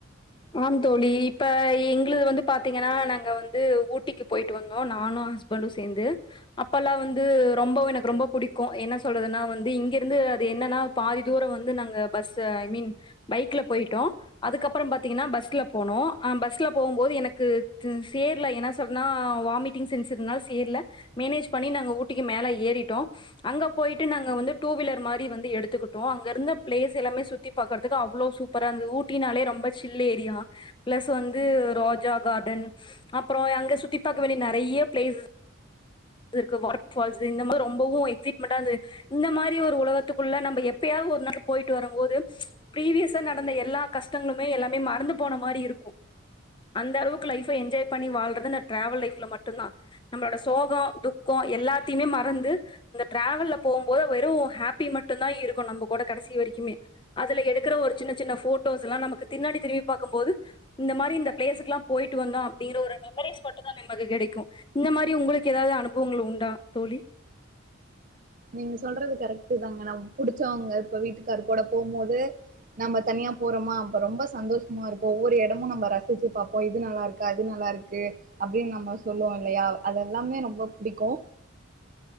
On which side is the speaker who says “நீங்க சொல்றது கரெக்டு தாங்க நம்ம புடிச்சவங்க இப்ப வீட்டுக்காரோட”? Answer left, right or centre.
Right